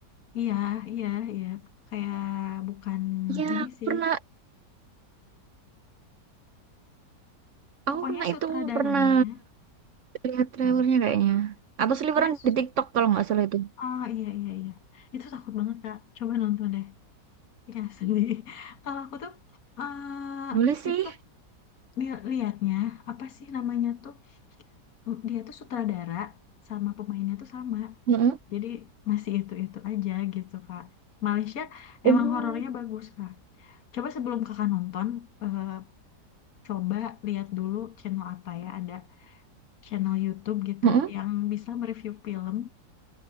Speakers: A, on the left (about 55°); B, on the right (about 65°).
A: Iya, iya, iya. Kayak bukan
B: Iya,
A: ini
B: aku
A: sih.
B: pernah, aku
A: Pokoknya
B: pernah
A: sutradaranya.
B: itu pernah. lihat trailernya
A: Nah,
B: kayaknya. Atau seliweran
A: pokoknya,
B: di TikTok kalau nggak salah itu.
A: ah iya, iya, iya. Itu takut banget, Kak. Coba nonton deh. Iya, sedih. <laughs> Kalau aku tuh, eh
B: Boleh sih.
A: itu tuh li- liatnya, apa sih namanya tuh, mm, dia tuh sutradara sama pemainnya tuh sama.
B: Heeh.
A: Jadi masih itu-itu aja gitu, Kak. Malaysia
B: Oh.
A: emang horornya bagus, Kak. Coba sebelum kakak nonton, eh, coba lihat dulu channel apa ya ada. channel YouTube gitu
B: Heeh.
A: yang bisa mereview film